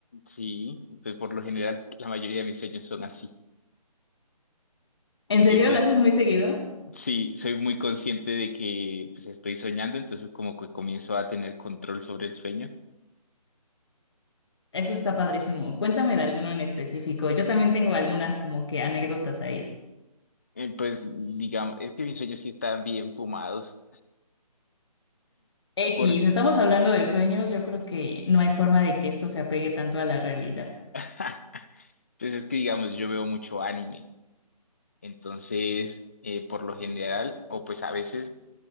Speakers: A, on the left; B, on the left.
A: Sí, pues por lo general la mayoría de mis sueños son así.
B: ¿En
A: Siempre
B: serio lo
A: es
B: haces muy seguido?
A: Sí, soy muy consciente de que pues estoy soñando, entonces como que comienzo a tener control sobre el sueño.
B: Eso está padrísimo. Cuéntame de alguno en específico. Yo también tengo algunas como que anécdotas ahí.
A: Eh, pues digamos, es que mis sueños sí están bien fumados,
B: X,
A: porque
B: estamos hablando de sueños, yo creo que no hay forma de que esto se apegue tanto a la realidad.
A: <laughs> pues es que digamos, yo veo mucho anime, entonces eh, por lo general, o pues a veces